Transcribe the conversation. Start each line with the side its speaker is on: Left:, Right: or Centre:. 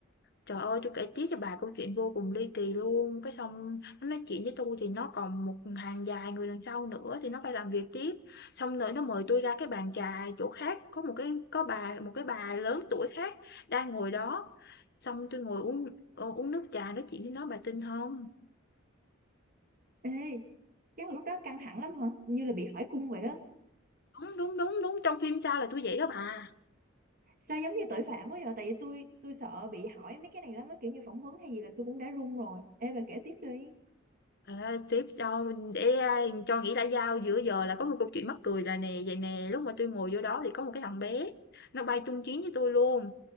Left: Trời ơi, tôi kể tiếp cho bà câu chuyện vô cùng ly kỳ luôn, cái xong nó nói chuyện với tôi thì nó còn một hàng dài người đằng sau nữa thì nó phải làm việc tiếp. Xong rồi nó mời tôi ra cái bàn trà chỗ khác, có một cái có bà một cái bà lớn tuổi khác đang ngồi đó. Xong tôi ngồi uống ờ, uống nước trà nói chuyện với nó bà tin không?
Right: Ê, chắc là lúc đó căng thẳng lắm hả? Như là bị hỏi cung vậy á.
Left: Đúng đúng đúng đúng trong phim sao là tôi vậy đó bà.
Right: Sao giống như tội phạm quá vậy? Tại vì tôi tôi sợ bị hỏi mấy cái này lắm á, kiểu như phỏng vấn hay gì là tôi cũng đã run rồi. Ê bà kể tiếp đi.
Left: À, tiếp cho để à, cho nghĩ đã giao giữa giờ là có một câu chuyện mắc cười là nè vậy nè lúc mà tôi ngồi vô đó thì có một cái thằng bé nó bay chung chuyến với tôi luôn